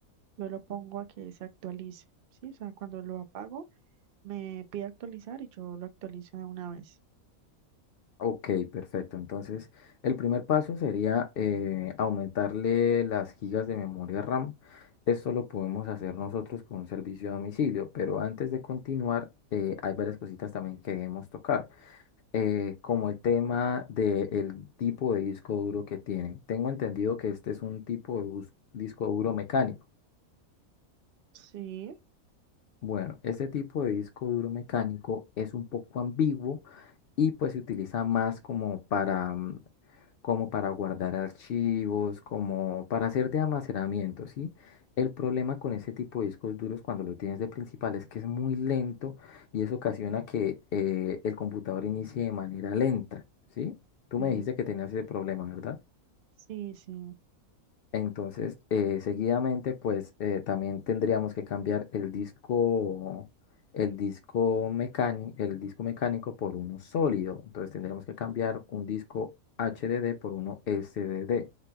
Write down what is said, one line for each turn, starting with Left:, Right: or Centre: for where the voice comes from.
Right: yo lo pongo a que se actualice. Sí, o sea, cuando lo apago, me pide actualizar y yo lo actualizo de una vez.
Left: Ok, perfecto. Entonces, el primer paso sería eh, aumentarle las gigas de memoria RAM. Esto lo podemos hacer nosotros con un servicio a domicilio, pero antes de continuar, eh, hay varias cositas también que debemos tocar. eh, como el tema del tipo de disco duro que tiene. Tengo entendido que este es un tipo de bus- disco duro mecánico.
Right: Sí,
Left: Bueno, este tipo de disco duro mecánico es un poco ambiguo y pues se utiliza más como para, mm, como para guardar archivos, como para hacer de almacenamiento, ¿sí? El problema con ese tipo de discos duros cuando lo tienes de principal es que es muy lento y eso ocasiona que eh, el computador inicie de manera lenta, ¿sí? Tú
Right: sí,
Left: me dijiste que tenías ese problema, ¿verdad?
Right: sí, sí.
Left: Entonces, eh, seguidamente, pues eh, también tendríamos que cambiar el disco, el disco mecánico, el disco mecánico por uno sólido. Entonces, tendríamos que cambiar un disco HDD por uno SDD.